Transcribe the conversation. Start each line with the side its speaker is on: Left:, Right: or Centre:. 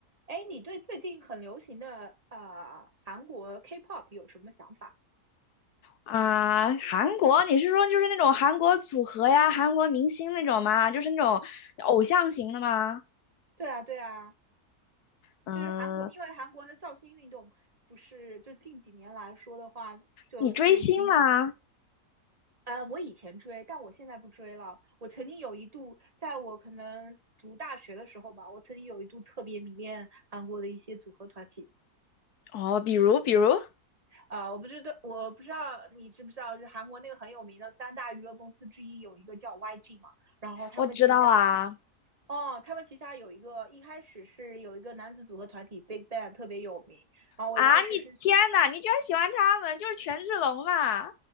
Right: 哎，你对最近很流行的呃韩国 K-pop 有什么想法？
Left: 啊，韩国，你是说就是那种韩国组合呀，韩国明星那种吗？就是那种偶像型的吗？
Right: 对啊，对啊，
Left: 嗯，
Right: 就是韩国，因为韩国的造星运动不是就近几年来说的话，就是已经
Left: 你追星吗？
Right: 呃，我以前追，但我现在不追了。我曾经有一度，在我可能读大学的时候吧，我曾经有一度特别迷恋韩国的一些组合团体。
Left: 哦，比如比如，
Right: 啊、我不知道，我不知道你知不知道，就是韩国那个很有名的三大娱乐公司之一有一个叫 YG 嘛。然后他们旗下
Left: 我知道啊
Right: 哦，他们旗下有一个，一开始是有一个男子组合团体 Big Bang 特别有名，然后我一开始是，
Left: 啊！你天呐，你居然喜欢他们，就是权志龙嘛？